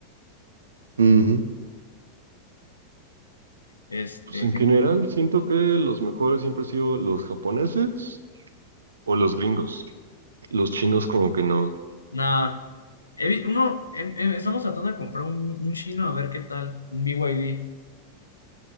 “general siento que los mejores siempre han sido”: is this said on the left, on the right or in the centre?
Right